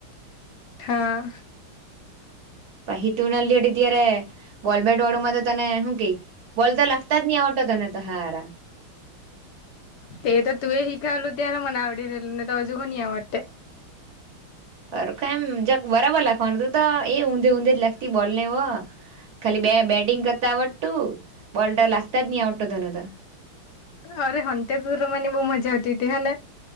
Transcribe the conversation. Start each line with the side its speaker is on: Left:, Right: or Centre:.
Left: હા
Right: પછી તુ નાની હતી ત્યારે બોલ બેટ વાળું માં તો તને શું ક બોલ તો લાગતા જ નહી તને તો હારા
Left: તે તો તું એ શીખાવેલું ત્યારે મને આવડી રહેલું ને તો હજુ નહી આવડે
Right: અરે કે એમ બરાબર નાખવાનું તું તો એ ઊંધે ઊંધે જ નાખતી બોલ ને હો ખાલી બે બ બેટિંગ કરતા આવડતું બોલ તો નાખતા જ નહી આવડતો તને તો
Left: અરે સંતાકુકડી રમાવાની બહુ મજા આવતી હતી હને